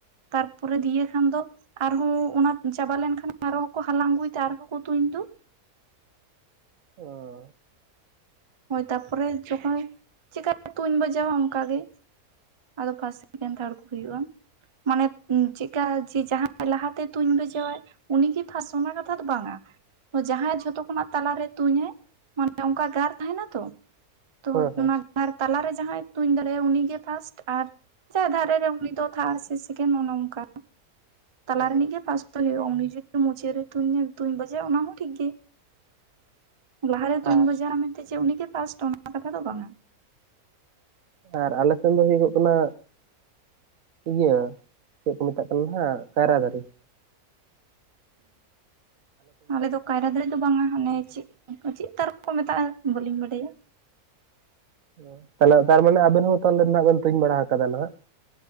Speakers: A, on the right; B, on the right.
A: ᱛᱟᱨᱯᱚᱨᱮ ᱫᱤᱭᱮ ᱠᱷᱟᱱ ᱫᱚ᱾ ᱟᱨᱦᱚᱸ ᱚᱱᱟ ᱪᱟᱵᱟ ᱞᱮᱱᱠᱷᱟᱱ ᱟᱨ ᱦᱚᱸᱠᱚ ᱦᱟᱞᱟᱝ ᱟᱹᱜᱩᱭᱮᱫᱟ ᱟᱨᱦᱚᱸᱠᱚ ᱛᱩᱧ ᱫᱚ᱾
B: ᱚᱻ
A: ᱦᱳᱭ ᱛᱟᱨᱯᱚᱨᱮ ᱡᱚᱠᱷᱚᱡᱽ ᱪᱮᱠᱟᱛᱮ ᱛᱩᱧ ᱵᱟᱡᱟᱣᱟ ᱚᱱᱠᱟ ᱜᱮ᱾ ᱟᱫᱚ ᱯᱷᱟᱥ ᱥᱮᱠᱮᱱ ᱛᱷᱟᱲ ᱠᱚ ᱦᱩᱭᱩᱜᱼᱟ᱾ ᱢᱟᱱᱮ ᱪᱮᱜᱠᱟ ᱡᱮ ᱡᱟᱦᱟᱸᱭ ᱞᱟᱦᱟᱛᱮ ᱛᱩᱧ ᱵᱟᱡᱟᱹᱟᱭ, ᱩᱱᱤ ᱜᱮ ᱯᱷᱟᱥ ᱚᱱᱟ ᱠᱟᱛᱷᱟ ᱫᱚ ᱵᱟᱝᱟ᱾ ᱡᱟᱦᱟᱸᱭ ᱡᱷᱚᱛᱚ ᱠᱷᱚᱱᱟᱜ ᱛᱟᱞᱟᱨᱮ ᱛᱩᱧᱟᱭ ᱢᱟᱱᱮ ᱚᱱᱠᱟ ᱜᱟᱨ, ᱦᱮᱸᱱᱟᱛᱚ ᱛᱚ
B: ᱦᱮᱸ ᱦᱮᱸ
A: ᱚᱱᱟ ᱜᱟᱨ ᱛᱟᱞᱟᱨᱮ ᱡᱟᱦᱟᱸᱭ ᱛᱩᱧ ᱫᱟᱲᱮᱭᱟᱜᱟᱭ ᱩᱱᱤᱜᱮ ᱯᱷᱟᱥᱴ ᱟᱨ ᱪᱮ ᱫᱷᱟᱨᱮ ᱨᱮ ᱩᱱᱤ ᱫᱚ ᱛᱷᱟᱲ ᱥᱮ ᱥᱮᱠᱮᱱ ᱚᱱᱮ ᱚᱱᱠᱟ, ᱛᱟᱞᱟ
B: ᱚ
A: ᱨᱤᱱᱤᱡᱽ ᱜᱮ ᱯᱷᱟᱥᱴ᱾ ᱫᱚᱭ ᱦᱩᱭᱩᱜ-ᱟ, ᱩᱱᱤ ᱡᱩᱫᱤ ᱢᱩᱪᱟᱹᱫ ᱨᱮ ᱛᱩᱧᱟ, ᱛᱩᱧ ᱵᱟᱡᱟᱣᱟ ᱚᱱᱟ ᱦᱚᱸ ᱴᱷᱤᱠ ᱜᱮ᱾ ᱞᱟᱦᱟᱨᱮ ᱛᱩᱧ
B: ᱟᱨ
A: ᱵᱟᱡᱟᱣᱟ ᱢᱮᱱᱛᱮ ᱪᱮ ᱩᱱᱤᱜᱮ ᱯᱷᱟᱥᱴ ᱚᱱᱟ ᱠᱟᱛᱷᱟ ᱫᱚ ᱵᱟᱝᱟ᱾
B: ᱟᱨ ᱟᱞᱮ ᱥᱮᱱ ᱫᱚ ᱦᱩᱭᱩᱜᱚᱜ ᱠᱟᱱᱟ᱾ ᱤᱭᱟᱹ ᱪᱮᱫᱽ ᱠᱚ ᱢᱮᱛᱟᱜ ᱠᱟᱱᱟ ᱱᱦᱟᱜ ᱠᱟᱭᱨᱟ ᱫᱟᱨᱮ᱾
A: ᱟᱞᱮ ᱫᱚ ᱠᱟᱭᱨᱟ ᱫᱟᱨᱮ ᱫᱚ ᱵᱟᱝᱟ ᱦᱟᱱᱮ ᱪᱮᱫᱽ, ᱚᱱᱠᱟ ᱪᱮᱫᱽ ᱛᱟᱨᱚᱵ ᱠᱚ ᱢᱮᱛᱟᱜᱼᱟ ᱵᱟᱹᱞᱤᱧ ᱵᱟᱰᱟᱭᱟ᱾
B: ᱚ ᱛᱟᱦᱚᱞᱮ ᱛᱟᱨᱢᱟᱱᱮ ᱟᱵᱮᱱ ᱦᱚᱸ ᱛᱟᱦᱚᱞᱮ ᱱᱦᱟᱜ ᱵᱮᱱ ᱛᱩᱧ ᱵᱟᱲᱟ ᱟᱠᱟᱫᱟ ᱱᱦᱟᱜ᱾